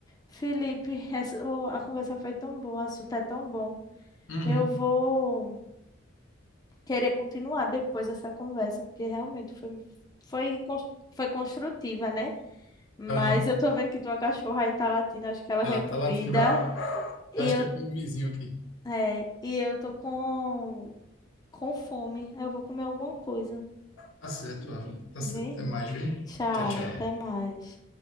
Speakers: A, on the left (about 20°); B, on the left (about 90°).
A: Felipe, <laughs> essa, o- a conversa foi tão boa, o assunto é tão bom.
B: Uhum.
A: Eu vou querer continuar depois essa conversa, porque realmente foi, foi, cons- foi construtiva, né? Mas
B: Aham.
A: eu tô vendo que tua cachorra aí tá latindo, acho que ela
B: Ah,
A: quer
B: tá
A: comida.
B: latindo.
A: E
B: Eu acho
A: eu,
B: que é com o vizinho aqui.
A: é, e eu tô com com fome. Aí eu vou comer alguma coisa.
B: Tá certo, Avner. Tá
A: Vem?
B: certo. Até mais, viu?
A: Tchau,
B: Tchau, tchau.
A: até mais.